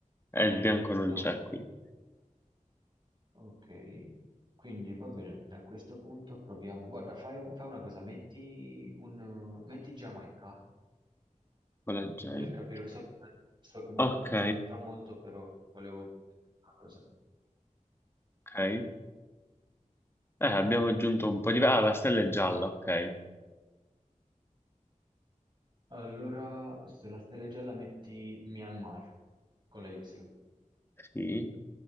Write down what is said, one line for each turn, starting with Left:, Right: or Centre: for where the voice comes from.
Left: E il bianco non
Right: Ok,
Left: c'è qui.
Right: ok, quindi va bene, a questo punto proviamo... Guarda, fai, un- fai una cosa, metti, un, metti Giamaica,
Left: Quella J.
Right: per capire, so che, non- so che non
Left: Ok,
Right: c'entra molto, però volevo vedere una cosa.
Left: ok. Eh, abbiamo aggiunto un po' di... Ah, la stella è gialla, ok.
Right: Allora, sulla stella gialla metti Myanmar con la Y.
Left: Sì.